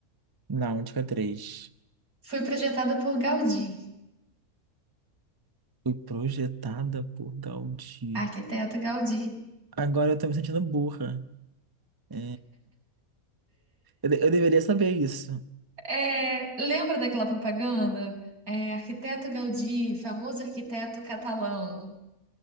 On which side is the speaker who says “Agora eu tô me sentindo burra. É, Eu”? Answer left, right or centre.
Right